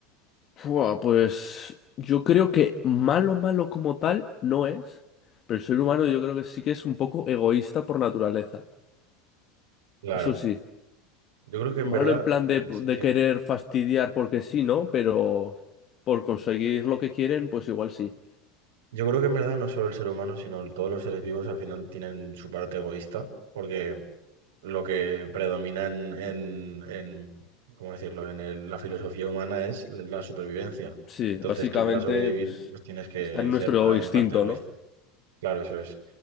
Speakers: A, on the left (about 40°); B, on the right (about 75°).
A: Fua, pues yo creo que malo, malo como tal no es, pero el ser humano yo creo que sí que es un poco egoísta por naturaleza.
B: Claro,
A: Eso sí,
B: yo creo que en
A: malo
B: verdad,
A: en plan
B: eh,
A: de, de querer fastidiar porque sí, ¿no? Pero por conseguir lo que quieren, pues igual sí.
B: yo creo que en verdad no solo el ser humano, sino todos los seres vivos al final tienen su parte egoísta, porque lo que predomina en, en, en- ¿cómo decirlo? En el- la filosofía humana es la supervivencia.
A: Sí,
B: Entonces
A: básicamente,
B: tú para sobrevivir
A: pues
B: pues tienes que
A: está en
B: ser
A: nuestro
B: ah,
A: instinto,
B: en parte egoísta.
A: ¿no?
B: Claro, eso es.